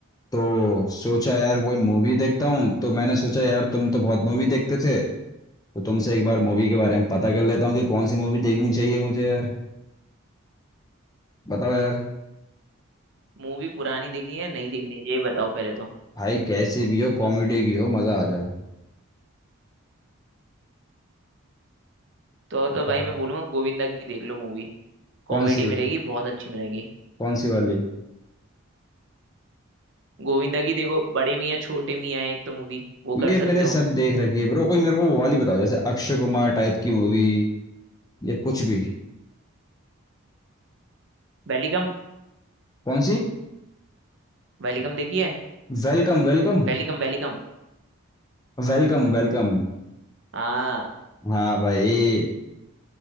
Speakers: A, on the left; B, on the right.
A: तो सोचा यार कोई मूवी देखता हूँ तो मैंने सोचा यार तुम तो बहुत मूवी देखते थे तो तुमसे एक बार मूवी के बारे में पता कर लेता हूँ कि कौन सी मूवी देखनी चाहिए मुझे यार बताओ यार
B: मूवी पुरानी देखी है नहीं देखनी है ये बताओ पहले तो
A: भाई कैसी भी हो कॉमेडी की हो मजा आ जाए
B: तो तो
A: बताओ
B: भाई मैं बोलूंगा गोविंदा की देख लो मूवी कॉमेडी
A: कौन सी
B: मिलेगी बहुत अच्छी मिलेंगी
A: कौन सी वाली
B: गोविंदा की देखो बड़े मियाँ छोटे मियाँ है एक तो मूवी वो
A: ये
B: कर सकते
A: मैंने
B: हो
A: सब देख रखी है ब्रो कोई मेरे को वो वाली बताओ जैसे अक्षय कुमार टाइप की मूवी या कुछ भी
B: वेलिकम
A: कौन सी
B: वेलिकम देखी है
A: Welcome Welcome
B: Welcome welcome
A: Welcome Welcome
B: हाँ
A: हाँ भाई